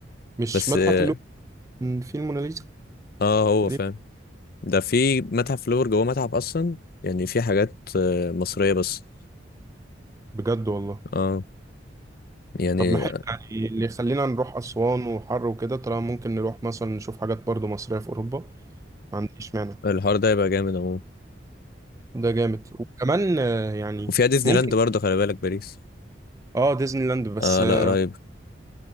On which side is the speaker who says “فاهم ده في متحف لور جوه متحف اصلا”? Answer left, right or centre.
Left